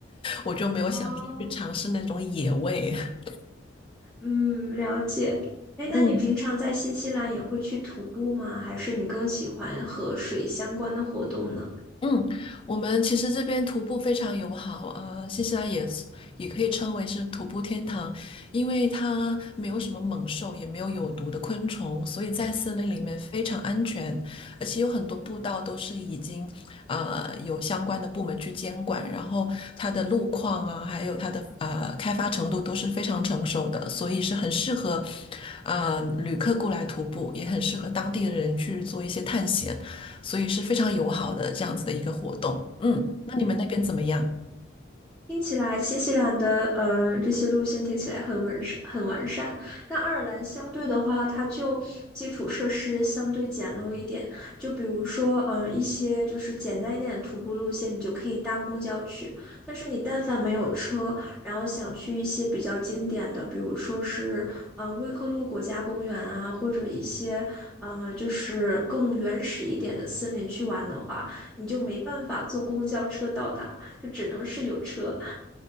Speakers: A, on the left; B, in the centre.
A: 我就没有想说去尝试那种野味。
B: 哦，
A: <laughs>
B: 嗯，了解。哎，
A: 嗯，
B: 那你平常在新西兰也会去徒步吗？还是你更喜欢和水相关的活动呢？
A: 嗯，我们其实这边徒步非常友好啊，新西兰也是也可以称为是徒步天堂，因为它没有什么猛兽，也没有有毒的昆虫，所以在森林里面非常安全，而且有很多步道都是已经啊呃有相关的部门去监管，然后它的路况啊，还有它的呃开发程度都是非常成熟的，所以是很适合啊、呃旅客过来徒步，也很适合当地的人去做一些探险。所以是非常友好的这样子的一个活动。嗯，那你们那边怎么样？
B: 嗯。听起来新西兰的嗯，这些路线听起来很完善，很完善，但爱尔兰相对的话，它就基础设施相对简陋一点。就比如说，嗯，一些就是简单一点的徒步路线，你就可以搭公交去。但是你但凡没有车，然后想去一些比较经典的，比如说是嗯，威克洛国家公园啊，或者一些嗯，就是更原始一点的森林去玩的话，你就没办法坐公交车到达，就只能是有车。